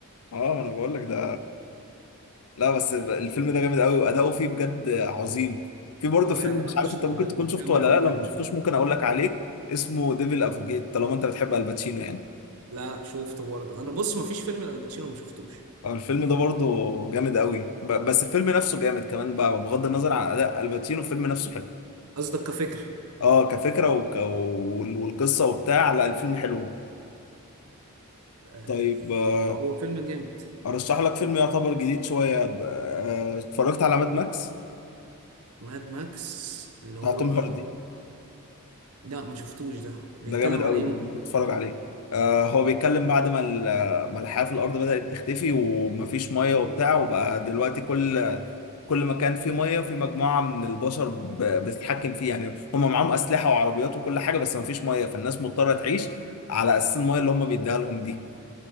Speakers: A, on the left (about 80°); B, on the right (about 80°).
A: اه ما انا بقول لك ده لا بس الفيلم ده جامد قوي واداؤه فيه بجد عظيم في برضه
B: اه
A: فيلم
B: يعني انا
A: مش عارف
B: مشهد
A: انت ممكن
B: المحكمه
A: تكون شفته ولا
B: فيه
A: لا لو
B: كان عندي
A: ما شفتوش ممكن اقول لك عليه اسمه ديفل افوكيت طالما انت بتحب الباتشينو يعني
B: لا شفته برضه انا بص مفيش فيلم لالباتشينو ما شفتوش
A: آه، الفيلم ده برضه جامد قوي ب- بس الفيلم نفسه جامد كمان بقى بغض النظر عن اداء الباتشينو الفيلم نفسه حلو
B: قصدك كفكره
A: اه كفكره وك... وال- والقصه وبتاع لا الفيلم حلو
B: آه
A: طيب آه،
B: هو فيلم جامد
A: ارشح لك فيلم يعتبر جديد شويه ب- آه، اتفرجت على ماد ماكس
B: ماد ماكس اللي
A: بتاع
B: هو
A: توم هاردي
B: لا ما شفتوش ده بيتكلم
A: ده جامد قوي
B: عن ايه
A: برضه،
B: ممكن
A: ممكن
B: تحكيلي؟
A: تتفرج عليه آه هو بيتكلم بعد ما ال- ما الحياه في الارض بدات تختفي ومفيش ميه وبتاع وبقى دلوقتي كل كل ما كان في ميه في مجموعه من البشر ب- بتتحكم فيه يعني هم معاهم اسلحه وعربيات وكل حاجه بس ما فيش ميه فالناس مضطره تعيش على اساس الميه اللي هم بيديها لهم دي